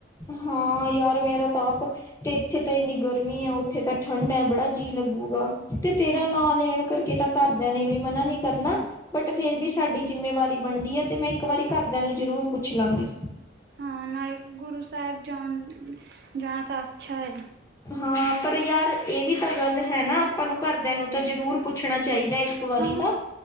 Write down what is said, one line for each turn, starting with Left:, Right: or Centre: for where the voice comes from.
Left: ਹਾਂ ਯਾਰ ਮੇਰਾ ਤਾਂ ਆਪ ਤੇ ਇੱਥੇ ਤੇ ਇੰਨੀ ਗਰਮੀ ਹੈ। ਉੱਥੇ ਤਾਂ ਠੰਡਾ ਹੈ। ਬੜਾ ਜੀ ਲੱ ਹੋਉਗਾ ਤੇ ਤੇਰਾ
Right: ਹਾਂ
Left: ਨਾਂ ਲੈਣ ਕਰਕੇ ਤਾਂ ਘਰਦਿਆਂ ਨੇ ਵੀ। ਮਨਾ ਨਹੀਂ ਕਰਨਾ ਬਟ ਫੇਰ ਵੀ ਸਾਡੀ ਜਿੰਮੇਵਾਰੀ ਬਣਦੀ ਹੈ ਤੇ ਮੈਂ ਇੱਕ ਵਾਰੀ ਘਰਦਿਆਂ ਨੂੰ ਜ਼ਰੂਰ ਪੁੱਛ ਲਾਂਗੀ।
Right: ਹਾਂ ਨਾਲੇ ਗੁਰੂ ਸਾਹਿਬ ਜਾਣ ਜਾਣਾ ਤਾਂ ਅੱਛਾ ਹੈ।
Left: ਹਾਂ ਪਰ ਯਾਰ ਇਹ ਵੀ ਤਾਂ ਗੱਲ ਹੈ ਨਾ ਆਪਾਂ ਨੂੰ ਘਾਰਦਿਆਂ ਨੂੰ ਤਾਂ ਜ਼ਰੂਰ। ਪੁੱਛਣਾ ਚਾਹੀਦਾ ਇੱਕ ਵਾਰੀ
Right: ਹਾਂ
Left: ਤਾਂ।